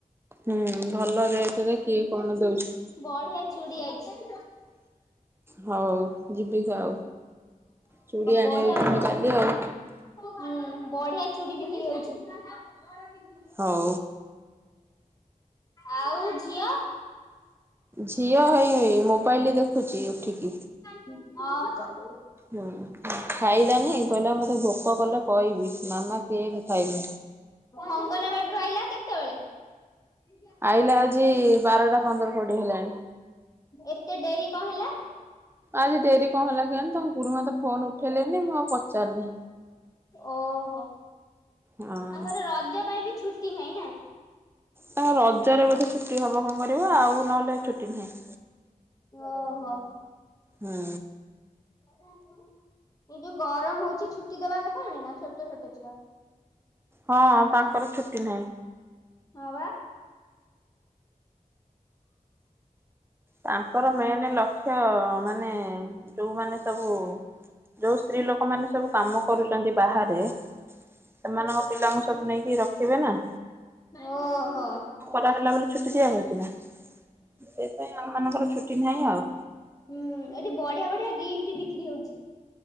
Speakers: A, on the right; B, on the left.
A: ହୁଁ ଭଲ ରେଟ୍ ରେ କିଏ କଣ ଦଉଚି।
B: ବଢ଼ିଆ ଚୁଡି ଆଇଚି। ହଁ
A: ହଉ ଯିବି ଆଉ। ଚୁଡ଼ି ଆଣିବାକୁ
B: ବଢ଼ିଆ-ବଢ଼ିଆ
A: ଯିବି କାଲି ଆଉ
B: ହୁଁ ବଢ଼ିଆ ଚୁଡ଼ି ବିକ୍ରି ହଉଚି।
A: ହଉ।
B: ଆଉ ଝିଅ?
A: ଝିଅ ହେଇ-ହେଇ ମୋବାଇଲ୍ ଦେଖୁଚି ଉଠିକି।
B: <unintelligible>
A: ହୁଁ ଖାଇଲାନି କହିଲା ମତେ ଭୋକ କଲେ କହିବି ମାମା କେକ୍ ଖାଇବ।
B: ଅଙ୍ଗନବାଡିରୁ ଆଇଲା କେତବେଳେ? <unintelligible>
A: ଆଇଲା ଆଜି ବାରଟା ପନ୍ଦର କୋଡିଏ ହେଲାଣି।
B: ଏତେ ଡେରି କଣ ହେଲା?
A: ଆଜି ଡେରି କଣ ହେଲା କେଜାଣି ତାଙ୍କ ଗୁରୁମା ତ ଫୋନ୍ ଉଠେଇଲେନି ମୁଁ ଆଉ ପଚାରିନି।
B: ଓହୋ।
A: ହଁ
B: ତାଙ୍କର ରଜ ପାଇଁ ବି ଛୁଟି ନାହିଁ ନା?
A: ତାଙ୍କର ରଜରେ ବୋଧେ ଛୁଟି ହବ। କଣ କରିବ ଆଉ? ନହେଲେ ଛୁଟି ନାହିଁ।
B: ଓହୋ।
A: ହୁଁ
B: ଏଇ ଯୋଉ ଗରମ ହଉଚି ଛୁଟି ଦବା କଥା। ନୁହେଁ ନା? ଛୋଟ ଛୋଟ ଛୁଆ
A: ହଁ, ତାଙ୍କର ଛୁଟି ନାହିଁ।
B: ହଁ, ବା।
A: ତାଙ୍କର ମେନେ ଲକ୍ଷ୍ୟ ମାନେ ମାନେ ଯୋଉମାନେ ସବୁ ଯୋଉ ସ୍ତ୍ରୀ ଲୋକମାନେ ସବୁ କାମ କରୁଛନ୍ତି ବାହାରେ ସେମାନଙ୍କ ପିଲାଙ୍କୁ
B: ହୁଁ।
A: ସବୁ ନେଇକି ରଖିବେ ନା।
B: ଓହୋ।
A: ବର୍ଷା ହେଲା ବୋଲି ଛୁଟି ଦିଆହଉଚିନା। ସେଇଥିପାଇଁ ଆମ ମାନଙ୍କର ଛୁଟି ନାହିଁ ଆଉ।
B: ହୁଁ, ଏଠି ବଢିଆ ବଢିଆ ଗିପ୍ଟି ବିକ୍ରି ହଉଛି।